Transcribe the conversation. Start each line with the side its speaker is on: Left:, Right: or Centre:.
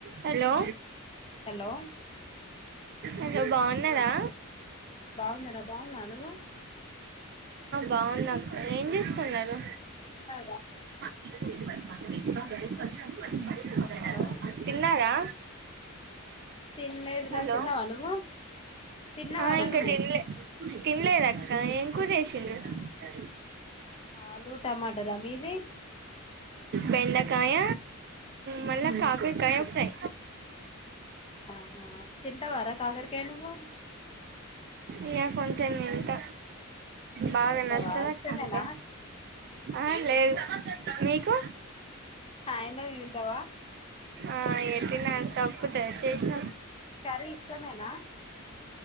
Right: Hello
Left: hello
Right: hello బాగున్నారా
Left: ఆ బాగున్నార బాగున్నా నువ్వు
Right: బావున్నాం ఏం చేస్తున్నారు
Left: తిన్నగా
Right: మా మీకు గరి పక్షం మంచి
Left: హలో
Right: ది తిన్నారా
Left: తినలేదు రా
Right: హలో
Left: తిన్నావ నువ్వు తిన్నావారా
Right: ఆ ఇంకా
Left: నువ్వు
Right: తినలే తిన్లేద ఏం కురచేసిండు సర
Left: ఆలూ టమాటర మీది
Right: బెండకాయ మళ్ళా కాకరకాయ ఫ్రై
Left: ఆహా తింటావారా కాకరకాయ నువ్వు
Right: ఇయ కొంచెం ఇంత బాగా
Left: తింటావా
Right: నచ్చద్
Left: ఇష్టమేనా
Right: అంతే ఆ లేదు నీకు
Left: ఎన్నది ఉంటావా
Right: ఆ ఏది నా తప్పు దయచేసిన
Left: కర్రీ ఇష్టమేనా